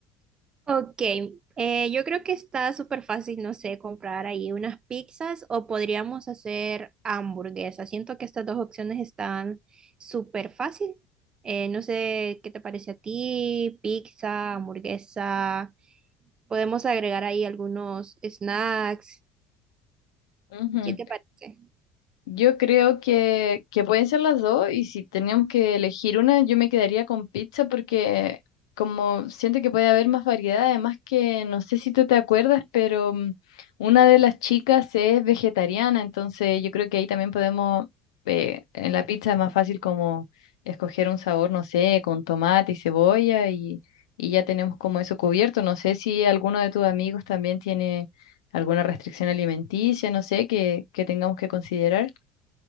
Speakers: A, on the right; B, on the left.
A: Ok, eh, yo creo que está súper fácil, no sé, comprar ahí unas pizzas o podríamos hacer hamburguesas. Siento que estas dos opciones están súper fácil. Eh, no sé qué te parece a ti, pizza, hamburguesa. Podemos agregar ahí algunos snacks.
B: Ujú.
A: ¿Qué te parece?
B: Yo creo que, que pueden ser las dos y si tenemos que elegir una, yo me quedaría con pizza porque como siento que puede haber más variedad, además que no sé si tú te acuerdas, pero mm, una de las chicas es vegetariana, entonces yo creo que ahí también podemos, eh, en la pizza es más fácil como escoger un sabor, no sé, con tomate y cebolla y, y ya tenemos como eso cubierto. No sé si alguno de tus amigos también tiene alguna restricción alimenticia, no sé, que, que tengamos que considerar.